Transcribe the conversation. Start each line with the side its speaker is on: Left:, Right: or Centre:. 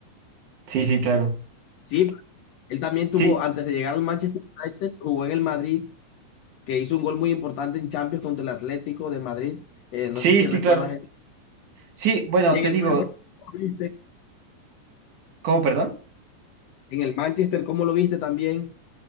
Right: Sí, sí, claro.
Left: sí, él también
Right: Sí,
Left: tuvo, antes de llegar al Manchester United, jugó en el Madrid, que hizo un gol muy importante en Champions contra el Atlético de Madrid. Eh, no
Right: sí,
Left: sé si
Right: sí,
Left: recuerdas.
Right: claro. Sí, bueno,
Left: Y en
Right: te
Left: el
Right: digo,
Left: Manchester, ¿cómo lo viste?
Right: ¿cómo, perdón?
Left: En el Manchester, ¿cómo lo viste también?